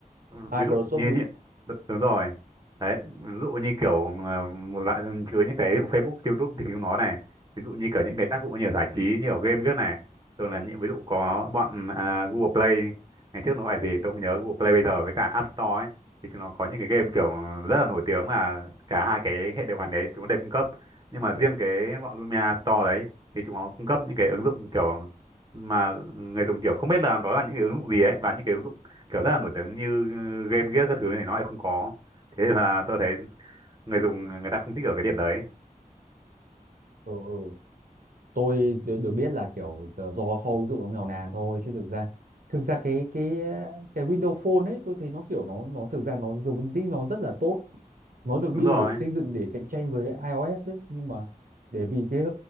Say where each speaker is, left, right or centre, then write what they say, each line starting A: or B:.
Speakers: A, on the right; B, on the right.
A: Ừ,
B: Microsoft
A: ví dụ như
B: Win.
A: những đ- đúng rồi đấy ví dụ như kiểu ờ, một loại dân chứa những cái Facebook YouTube thì chúng nó này ví dụ như kiểu những cái tác vụ như là giải trí như ở game cái này thường là những ví dụ có bọn à, Google Play ngày trước nó gọi gì tôi không nhớ Google Play bây giờ với cả App Store ấy, thì chúng nó có những cái game kiểu rất là nổi tiếng mà cả hai cái hệ điều hành đấy chúng nó đều cung cấp nhưng mà riêng cái bọn Lumia Store đấy thì chúng nó cung cấp những cái ứng dụng kiểu mà người dùng kiểu không biết là đó là những cái ứng dụng gì ấy và những cái ứng dụng kiểu rất là nổi tiếng như game gear các thứ này nó lại không có thế là tôi thấy người dùng người ta không thích ở cái điểm đấy
B: Ừ, ừ. tôi được được biết là kiểu giờ do kho ứng dụng nó nghèo nàn thôi chứ thực ra thực ra cái cái cái Windows Phone ấy tôi thấy nó kiểu nó nó thực ra nó vốn dĩ nó rất là tốt nó được build
A: đúng rồi
B: để xây dựng để cạnh tranh với iOS đấy nhưng mà để vì cái hệ,